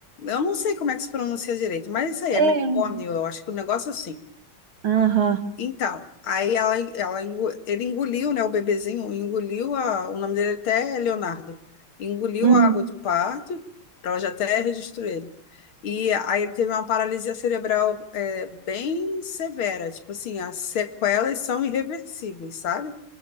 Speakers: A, on the left (about 80°); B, on the right (about 75°).
A: eu não sei como é que se pronuncia direito, mas isso aí é
B: É.
A: mecônio, eu acho que o negócio é assim.
B: Aham.
A: Então, aí ela, ela, engo- ele engoliu, né, o bebezinho, engoliu a, o nome dele até é Leonardo, engoliu
B: Hum.
A: a água de parto, ela já até registrou ele. E aí ele teve uma paralisia cerebral é, bem severa, tipo assim, as sequelas são irreversíveis, sabe?